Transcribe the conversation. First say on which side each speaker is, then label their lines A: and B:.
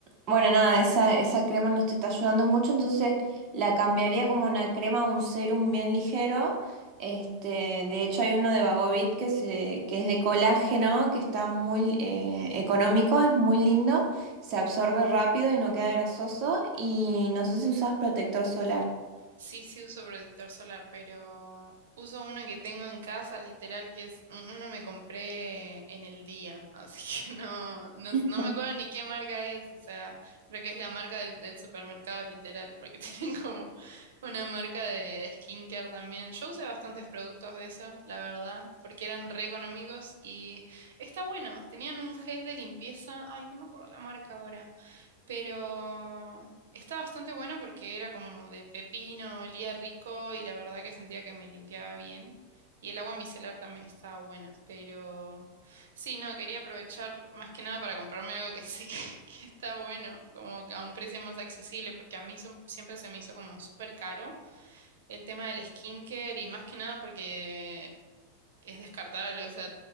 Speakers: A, on the right (about 35°); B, on the right (about 80°).
A: bueno, nada, esa, esa crema no te está ayudando mucho, entonces la cambiaría como una crema, un serum bien ligero. Este, de hecho hay uno de Bagovit que, se, que es de colágeno, que está muy eh, económico, es muy lindo, se absorbe rápido y no queda grasoso y no sé si usas protector solar.
B: Sí, sí uso protector solar, pero uso uno que tengo en casa, literal, que es un- uno me compré en el día, <laughs> así que no, no,
A: <laughs>
B: no me acuerdo ni qué marca es, o sea, creo que es la marca del, del supermercado, literal, porque <laughs> tienen como una marca de, de skincare también. Yo usé bastantes productos de eso, la verdad, porque eran re económicos y está bueno, tenían un gel de limpieza, ay, no me acuerdo la marca ahora pero está bastante bueno porque era como de pepino, olía rico y la verdad que sentía que me limpiaba bien. Y el agua micelar también estaba buena, pero sí, no, quería aprovechar más que nada para comprarme algo que sé que, <laughs> que está bueno, como que a un precio más accesible, porque a mí son- siempre se me hizo como súper caro el tema del skincare y más que nada porque es descartable, o sea,